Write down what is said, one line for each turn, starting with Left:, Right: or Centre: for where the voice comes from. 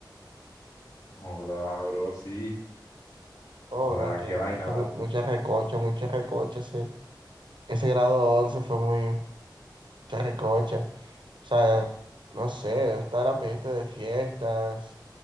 Left: Joda, bro, sí,
Right: Oh,
Left: joda,
Right: bro, es que,
Left: qué vaina,
Right: es que
Left: ¿vale?
Right: mu- mucha recocha, mucha recocha. Ese, ese grado 11 fue muy, mucha recocha. O sea, no sé, estar a pendiente de fiestas,